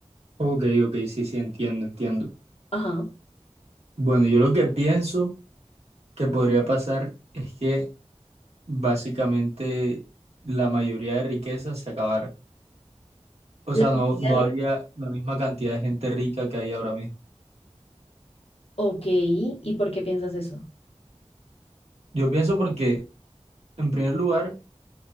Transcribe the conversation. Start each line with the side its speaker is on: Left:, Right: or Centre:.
Right: ok, ok, sí, sí, entiendo, entiendo.
Left: Ajá.
Right: Bueno, yo lo que pienso... que podría pasar es que básicamente la mayoría de riquezas se acabara. O
Left: La
Right: sea,
Left: teoría
Right: no, no
Left: de
Right: habría
Left: Ric-
Right: la misma cantidad de gente rica que hay ahora mismo.
Left: Ok, ¿y por qué piensas eso?
Right: Yo pienso porque, en primer lugar,